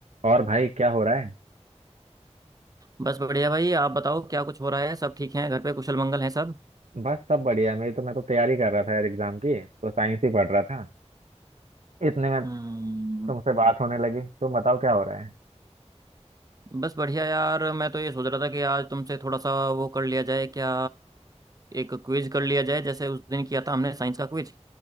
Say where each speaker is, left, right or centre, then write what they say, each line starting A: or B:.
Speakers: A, on the right; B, on the right.
A: और भाई क्या हो रहा है
B: बस बढ़िया भाई आप बताओ क्या कुछ हो रहा है सब ठीक हैं घर पे कुशल मंगल हैं सब
A: बस सब बढ़िया मेरी तो मैं तो तैयारी कर रहा था यार एग्जाम की तो साइंस ही पढ़ रहा था इतने में
B: हम्म
A: तुमसे बात होने लगी तुम बताओ क्या हो रहा है
B: बस बढ़िया यार मैं तो ये सोच रहा था कि आज तुमसे थोड़ा सा वो कर लिया जाए क्या एक क्विज कर लिया जाए जैसे उस दिन किया था हमने साइंस का क्विज